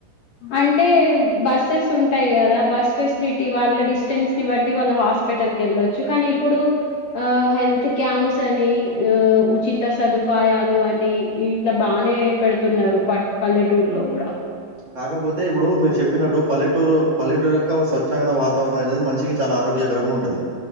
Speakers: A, on the left; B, on the right.
A: అంటే బస్సెస్ ఉంటాయి కదా బస్ ఫెసిలిటీ వాళ్ళ డిస్టెన్స్ ని బట్టి వాళ్ళు హాస్పిటల్ క వెళ్ళచ్చు కానీ ఇప్పుడు ఆ హెల్త్ క్యాంప్స్ అని ఆ ఉచిత సదుపాయాలు అని ఇట్లా బానే పెడుతున్నారు పట్ పల్లెటూర్లో కూడా
B: కాకపోతే ఇప్పుడు మీరు చెప్పినట్టు పల్లెటూరు పల్లెటూరు యొక్క స్వచ్ఛమైన వాతావరణం అనేది మనిషకి చాలా ఆరోగ్యకరంగా ఉంటది